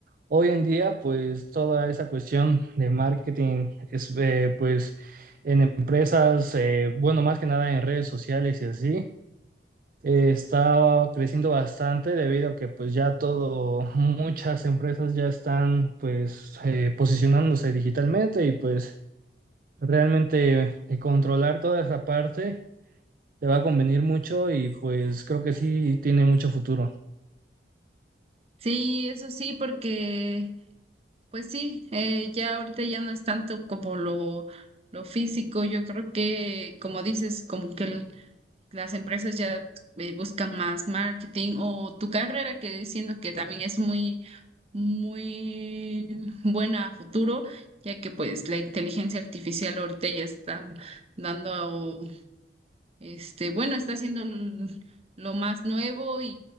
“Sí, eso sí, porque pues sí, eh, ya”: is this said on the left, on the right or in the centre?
Right